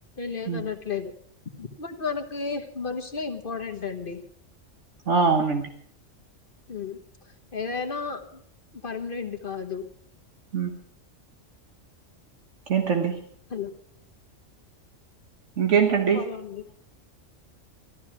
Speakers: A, on the left; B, on the right.
A: లేదు
B: హ్మ్
A: అనట్లేదు బట్ మనకి మనుషులే ఇంపార్టెంట్ అండి
B: ఆ అవునండి
A: మ్ ఏదైనా పర్మనెంట్ కాదు
B: హ కెంటండి
A: హలో
B: ఇంకేంటండి?
A: అప్పాలండి